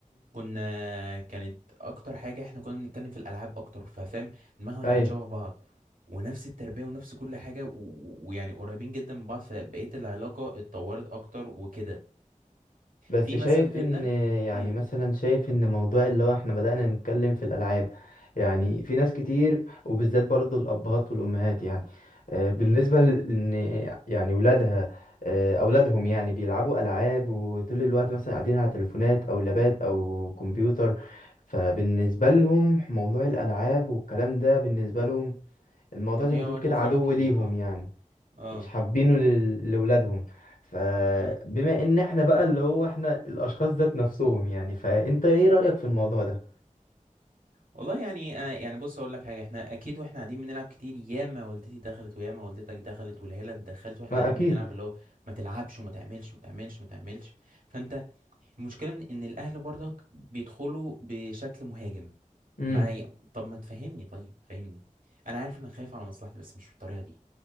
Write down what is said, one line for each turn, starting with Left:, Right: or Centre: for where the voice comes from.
Right: كنا كانت اكتر حاجه احنا كنا بنتكلم في الالعاب اكتر ففاهم دماغنا
Left: امم
Right: كانت شبه بعض ونفس التربيه ونفس كل حاجه و- و- ويعني قريبين جدا من بعض فبقيت العلاقه اتطورت اكتر وكده
Left: بس
Right: في
Left: شايف
Right: مثلا غيرنا
Left: ان يعني
Right: امم
Left: مثلا شايف ان موضوع اللي هو احنا بدأنا نتكلم في الألعاب يعني في ناس كتير وبالذات برضو الأبهات والأمهات يعني آه، بالنسبة
Right: امم
Left: لأن يعني ولادها آه، أولادهم يعني بيلعبوا ألعاب وطول الوقت مثلا قاعدين على تليفونات أو لابات أو كمبيوتر فبالنسبة لهم موضوع الألعاب والكلام ده بالنسبة لهم الموضوع
Right: تضييع
Left: زي ما تقول
Right: وقت
Left: كده
Right: وفراغ
Left: عدو
Right: كتير
Left: ليهم
Right: اه
Left: يعني
Right: اه
Left: مش حابينه لل- لولادهم فبما
Right: امم
Left: ان احنا بقى اللي هو احنا الاشخاص ذات نفسهم يعني فانت ايه رأيك في الموضوع ده
Right: والله يعني آه يعني بص اقول لك حاجه احنا اكيد واحنا قاعدين بنلعب كتير ياما والدتي دخلت وياما والدتك دخلت والعيله دخلت واحنا
Left: آه،
Right: قاعدين
Left: اكيد
Right: بنلعب اللي هو ما تلعبش وما تعملش وما تعملش وما تعملش فانت المشكلة إن إن الأهل برضك بيدخلوا بشكل مهاجم
Left: امم
Right: ما ي... طب ما تفهمني طيب فهمني أنا عارف إنك خايف على مصلحتي بس مش بالطريقة دي